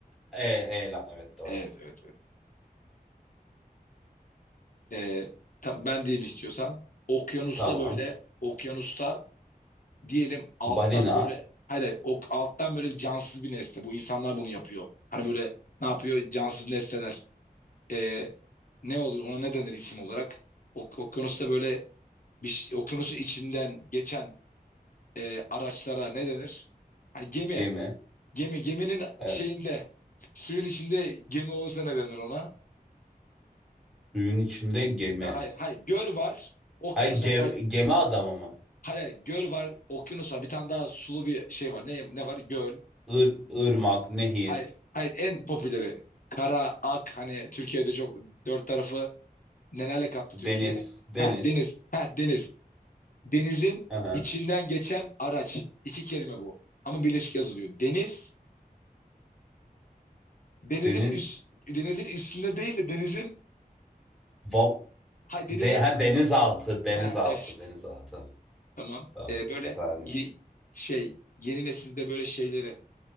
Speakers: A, in the centre; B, on the left.
A: e, heyelan evet doğru.
B: Evet, evet, evet. Ee, tam ben diyeyim istiyorsan. Okyanusta
A: Tamam.
B: böyle, okyanusta diyelim alttan
A: Balina,
B: böyle hayır, hayır, o alttan böyle cansız bir nesne. Bu insanlar bunu yapıyor. Hani böyle ne yapıyor? Cansız nesneler. Ee, ne olur ona ne denir isim olarak? Ok okyanusta böyle bir şey- okyanusun içinden geçen e, araçlara ne denir? Hani gemi.
A: gemi.
B: Gemi geminin
A: Evet.
B: şeyinde suyun içinde gemi olursa ne denir ona?
A: Suyun içinde gemi.
B: Hayır, hayır göl var. Okyanus
A: Ha, ge-
B: var. Baş-
A: gemi adamı mı?
B: Hayır, hayır göl var. Okyanus var. Bir tane daha sulu bir şey var. Ne, ne var? Göl.
A: Ir, ırmak, nehir,
B: Hayır, hayır en popüleri. Kara, ak hani Türkiye'de çok dört tarafı nelerle kaplı
A: deniz,
B: Türkiye?
A: deniz.
B: Ha deniz, ha deniz. Denizin
A: Aha.
B: içinden geçen araç. İki kelime bu. Ama birleşik yazılıyor. Deniz, denizin
A: Deniz,
B: üst, denizin üstünde değil de denizin,
A: va,
B: hay
A: de,
B: denizin,
A: ha, denizaltı,
B: <laughs>
A: denizaltı,
B: ha evet
A: denizaltı.
B: tamam.
A: Tamam,
B: Ee, böyle
A: güzelmiş.
B: ye- şey, yeni nesilde böyle şeyleri.